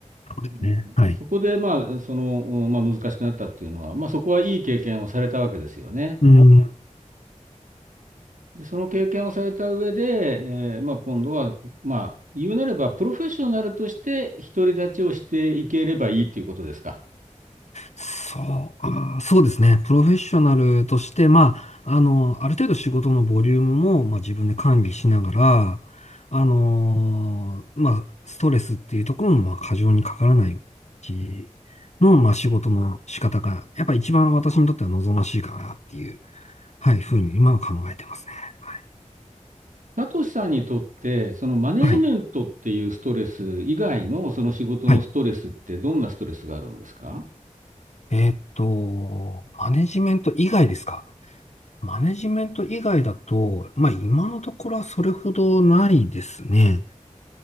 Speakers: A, on the left; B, on the right.
A: そうですね。
B: うん、
A: はい。
B: そこで、まあ、その、まあ、難しくなったっていうのは、まあ、そこはいい経験をされたわけですよね。
A: うん。
B: で、その経験をされた上で、えーまあ、今度は、まあ、言うなれば、プロフェッショナルとして独り立ちをしていければいいということですか。
A: そう、あー、そうですね。プロフェッショナルとして、まあ、あの、ある程度仕事のボリュームも、まあ、自分で管理しながら、あのーまあ、ストレスっていうところも、まあ、過剰にかからないうちの、まあ、仕事の仕方が、やっぱ一番私にとっては望ましいかなっていう、はい、ふうに今は考えてますね。は
B: サトシさんにとって、そのマネジメントっていうストレス以外のその仕事のストレスってどんなストレスがあるんですか
A: い。はい。はい。えーっと、マネジメント以外ですかマネジメント以外だと、まあ今のところはそれほどないですね。